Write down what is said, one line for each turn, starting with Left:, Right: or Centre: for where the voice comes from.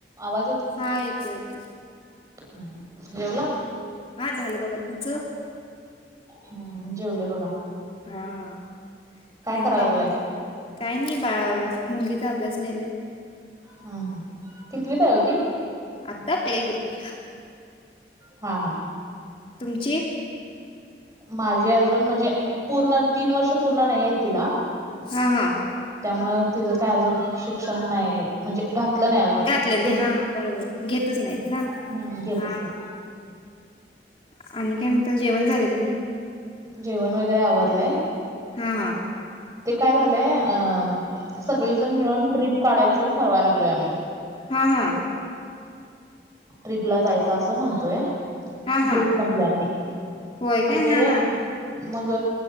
Right: आवाज येत
Left: हा येतोय येतोय.
Right: हम्म जेवला
Left: हा झालं बघा तुमचं
Right: हम् जेवलो बघा
Left: हा आ आणि
Right: कराय
Left: काय
Right: लागलाय?
Left: म्हणता काय नाही बा मुलगी चा अभ्यास घ्यायले
Right: हा हा कितवीत आहे ओ ती
Left: आता प्ले ग्रुप
Right: हा हा
Left: तुमची
Right: माझी अजून म्हणजे पूर्ण तीन वर्ष पूर्ण नाहीये तिला
Left: हा हा.
Right: त्यामुळं तिज काय अजून शिक्षण नाय म्हणजे घातलं नाय अजून.
Left: घातलं
Right: घेतच
Left: नाही हा बरोबर घेतच नाहीत ना
Right: हम्म घेतच
Left: हा.
Right: नाहीत.
Left: आणि काय म्हणता जेवण झालं की नाई.
Right: जेवण वगैरे आवरलंय
Left: हा हा
Right: ते काय झालंय अ. सगळीजण मिळून ट्रीप काढायचं ठरवाय लागलोय आम्ही.
Left: हा हा.
Right: ट्रिपला जायच असं म्हणतोय
Left: हा हा
Right: ग्रुप मधल्यानी
Left: होय काय
Right: मग ते.
Left: हा हा
Right: मग